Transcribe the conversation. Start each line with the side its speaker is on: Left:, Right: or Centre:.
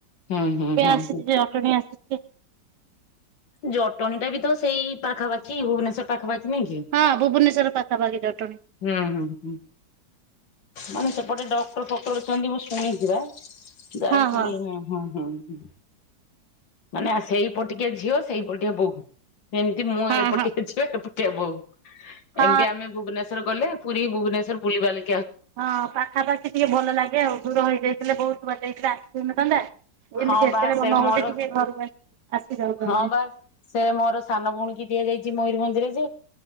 Left: ହୁଁ ହୁଁ
Right: <unintelligible>
Left: ହୁଁ
Right: ଆସିଛି
Left: ହୁଁ।
Right: ଜଟଣୀ ଆସି ହୁଁ
Left: ଜଟଣୀ ଟା ବି ତ ସେଇ ପାଖାପାଖି ଭୁବନେଶ୍ଵର ପାଖାପାଖି <inaudible> ହୁଁ ହୁଁ
Right: ହଁ ଭୁବନେଶ୍ଵର ପାଖାପାଖି ଜଟଣୀ
Left: ହୁଁ ମାନେ <inaudible> ଗୋଟେ ଡକ୍ଟର ପକଳୁଛନ୍ତି ମୁଁ ଶୁଣିଛି ବା। ଯାଇଥିଲି
Right: ହଁ ହଁ
Left: ହୁଁ ହୁଁ ହୁଁ। ହ ମାନେ ସେଇପଟିକା ଝିଅ ସେଇପଟିକା ବୋହୁ। ଏମିତି ମୁଁ
Right: ହଁ
Left: ଏପଟିକେ
Right: ହଁ।
Left: ଝିଅ ଏପ <unintelligible>
Right: ହଁ
Left: ଏମତି ଆମେ ଭୁବନେଶ୍ୱର ଗଲେ ପୁରୀ ଭୁବନେଶ୍ୱର ବୁଲିବାଲି
Right: ହଁ ପାଖାପାଖି ଟିକେ ଭଲ ଲାଗେ ଆଉ ଦୂର ହେଇଯାଇଥିଲେ ବହୁତୁ ତୁ ବା <unintelligible> କେହିଥିଲୁ ଆସିନଥାନ୍ତା।
Left: ହଁ
Right: ଏମିତି ଯେତେବେଳେ
Left: ବା ସେ
Right: ମନ
Left: ମୋର
Right: ହଉଚି ଟିକେ ଘରକୁ ଆସି ଆସି ଯାଉଛୁ
Left: ହଁ
Right: ଆମେ।
Left: ବାସ ସେ ମୋର ସାନ ଭଉଣୀ କି ଦିଆଯଆଇ ଯେ ମୟୂରଭଞ୍ଜ ରେ ଯେ